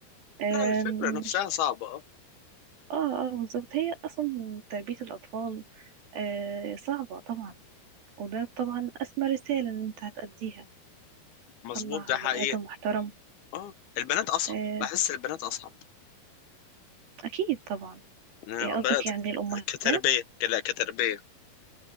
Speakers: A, on the right; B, on the left.
A: آم،
B: لا الفكره نفسها
A: مش
B: صعبه اه
A: اه اه بالظبط هي اصلا تربية الاطفال آه صعبة طبعا وده طبعا أسمى رسالة إن أنت هتأديها
B: مظبوط
A: طلع
B: ده حقيقي
A: بني آدم محترم
B: اه البنات اصعب
A: آه
B: بحس البنات اصعب
A: أكيد طبعا
B: انا
A: إيه قصدك
B: بدات
A: يعني الأمهات
B: كتربيه لا كتربيه